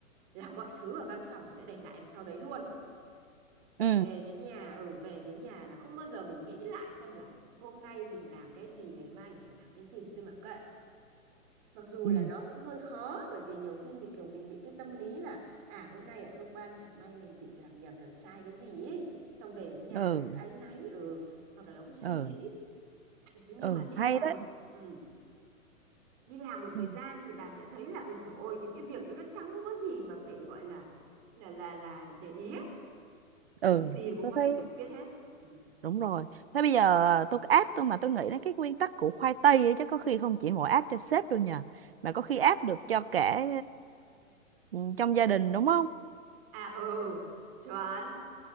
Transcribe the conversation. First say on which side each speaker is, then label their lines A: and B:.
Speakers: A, on the right (about 25°); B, on the right (about 45°).
A: là mọi thứ ở văn phòng sẽ để lại đằng sau đấy luôn
B: ừ
A: về đến nhà ừ về đến nhà là không bao giờ mình nghĩ lại xem là hôm nay mình làm cái gì ngày mai mình phải làm cái gì tôi mặc kệ mặc dù
B: ừ
A: là nó cũng hơi khó bởi vì nhiều khi mình kiểu mình bị cái tâm lý là à hôm nay ở cơ quan chẳng may mình bị làm nhầm làm sai cái gì ý. xong về đến nhà
B: ừ
A: nó cứ áy náy ừ hoặc là nó cứ suy
B: ừ
A: nghĩ Ừ, Thế nhưng
B: ừ
A: mà đi
B: hay
A: làm
B: đấy
A: một ừ, đi làm một thời
B: ừ.
A: gian thì bà sẽ thấy là ui dồi ôi những cái việc đấy nó chẳng có gì mà phải gọi là là là là để ý ấy.
B: ừ
A: Việc gì cũng
B: tôi
A: có
B: thấy
A: cách giải quyết hết. Ừ.
B: đúng rồi thế bây giờ ờ, tôi áp tôi mà tôi nghĩ đến cái nguyên tắc của khoai tây ấy, chắc có khi không chỉ mỗi áp cho sếp đâu nhờ mà có khi áp được cho cả ờ, trong gia đình đúng không
A: À ừ, chuẩn,